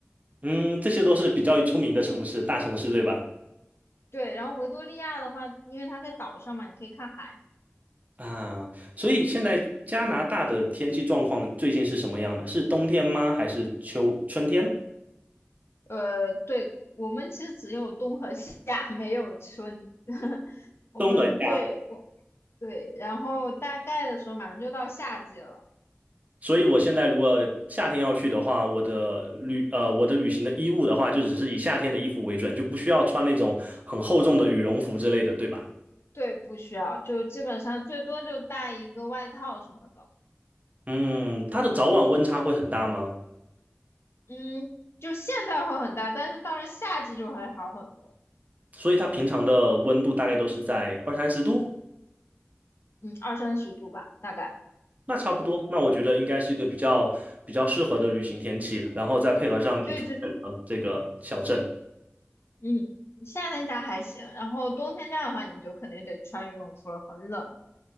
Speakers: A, on the right; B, on the left.
A: 嗯，这些都是比较出名的城市，大城市对吧？
B: 对。然后维多利亚的话，因为它在岛上嘛，你可以看海。
A: 啊，所以现在加拿大的天气状况最近是什么样的？是冬天吗？还是秋春天？
B: 呃，对，我们其实只有冬和夏，没有春。<laughs> 我们对我
A: 冬和夏。
B: 对，然后大概的时候马上就到夏季了，
A: 所以我现在如果夏天要去的话，我的旅呃我的旅行的衣物的话，就只是以夏天的衣服为准，就不需要穿那种很厚重的羽绒服之类的，对吧？
B: 对，不需要，就基本上最多就带一个外套什么的。
A: 嗯，它的早晚温差会很大吗？
B: 嗯，就现在会很大，但是到了夏季就会好很多。
A: 所以它平常的温度大概都是在二三十度。
B: 嗯，二三十度吧，大概。
A: 那差不多，那我觉得应该是一个比较比较适合的旅行天气，然后再配合上你推荐的这个小镇。
B: 对，就嗯，夏天家还行，然后冬天家的话，你就肯定得穿羽绒服了，很冷。